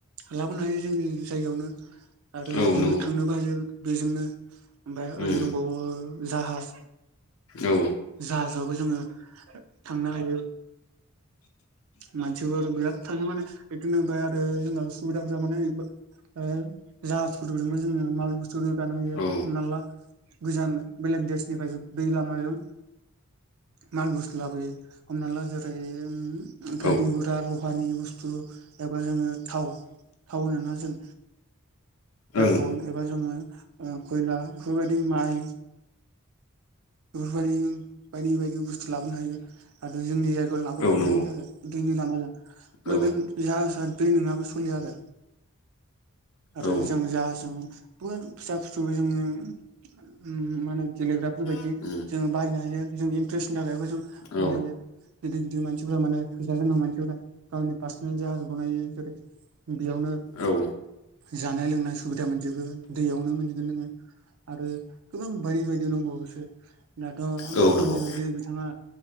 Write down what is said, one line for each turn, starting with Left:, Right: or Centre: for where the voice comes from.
Right: लाबोनो हायो जोंनि जायगायावनो। आरो
Left: औ
Right: जोङो
Left: नंगौ
Right: थांनो बायो बेजोंनो। ओमफाय ओरै
Left: उम
Right: दंबावो जाहाज
Left: औ
Right: जाहाज बाबो जोङो थांनो हायो। मानसिफोर बिराद थाङो माने बिदिनोफ्राय आरो जोंङो सुबिदाफोरा माने ओ जा अट'जोंबो जोङो माल बुस्तु रोगानो हायो
Left: औ
Right: हमना ला गोजान बेलेग देसनिफ्राय जों दै लामाजों माल बुस्थु लाबोयो हमना ला जेरै ओम गारि
Left: औ
Right: गुरा लहानि बुस्थु एबा जोङो थाव थाव होनोना जों।
Left: ओं
Right: पेट्रल एबा जोङो ओ खयला बेफोरबायदि माइ बेफोरबायदि बायदि बायदि बुस्थु लाबोनो हायो आरो जोंनि जायगायाव लाबोफिननो
Left: औ नंगौ
Right: हायो आरो। दैनि लामाजों <unintelligible>
Left: औ
Right: जाहाजआ दै नोङाबा सलिया आरो। आरो
Left: औ
Right: जों जाहाजजों बहुद फिसा फिसौ जोङो उम मा होनो गेलेग्राफोरबायदि
Left: उम
Right: जोंङो बाहायनो हायो जों इन्ट्रेस्टनि थाखाय जों
Left: औ
Right: बाहायो गिदिर गिदिर मानस सिफोरा माने फैसा गोनां मानसिफोरा गावनि पार्सनेल जाहाज बनायो जेरै बेयावनो
Left: औ
Right: जानाय लोंनाय सुबिद बिदा मोनजोबो दैयावनो मोनजगोन नोङो आरो गोबां बायदि बायदि दंबावोसो। दाथ' आं
Left: औ
Right: फोरमायनाय
Left: नंगौ
Right: बायदि बिथाङा